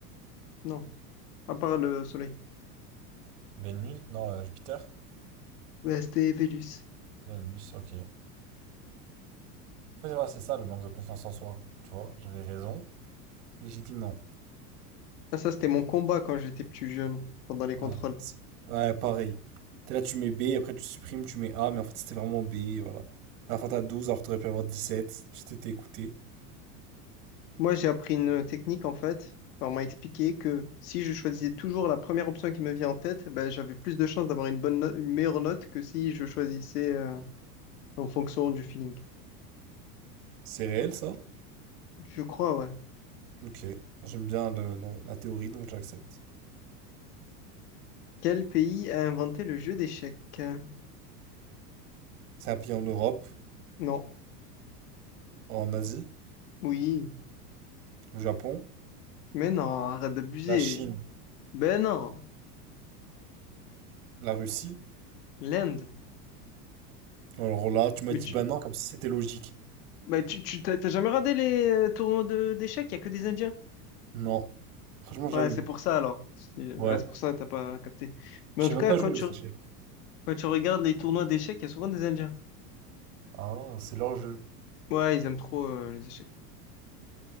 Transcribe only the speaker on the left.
Non, à part le Soleil.
Ouais, c'était Vénus.
Ah, ça, c'était mon combat quand j'étais plus jeune, pendant les contrôles.
Moi, j'ai appris une technique, en fait. Enfin, on m'a expliqué que si je choisissais toujours la première option qui me vient en tête, eh ben, j'avais plus de chances d'avoir une bonne no- une meilleure note que si je choisissais... euh, en fonction du feeling.
tu vois.
Je crois, ouais.
Quel pays a inventé le jeu d'échecs? Euh,
Non.
Oui.
Mais non, arrête d'abuser.
Ben non,
l'Inde.
Mais
tu,
mais tu, tu t'as t'as jamais regardé les euh, tournois de d'échecs? Il y a que des Indiens.
Ouais, c'est pour ça alors. C'est
ah, c'est pour ça que t'as pas capté. Mais
en
tout
cas,
quand
tu,
quand tu regardes les tournois d'échecs, il y a souvent des Indiens.
Ouais, ils aiment trop euh, les échecs.